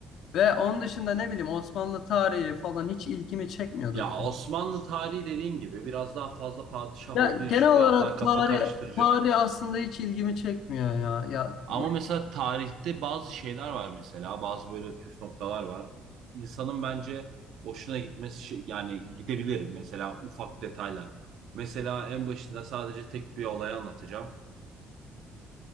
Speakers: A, on the left (about 60°); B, on the right (about 60°).
A: Ve onun dışında ne bileyim Osmanlı tarihi falan hiç ilgimi çekmiyordu
B: Ya Osmanlı tarihi dediğin gibi biraz daha fazla padişah
A: Ya
B: olduğu için
A: genel olarak
B: biraz daha kafa
A: tarih
B: karıştırıcı.
A: tarih aslında hiç ilgimi çekmiyor ya. Ya
B: Ama
A: ne-
B: mesela tarihte bazı şeyler var mesela bazı böyle püf noktalar var. İnsanın bence hoşuna gitmesi şey- yani gidebilir mesela ufak detaylar. Mesela en başında sadece tek bir olay anlatacağım.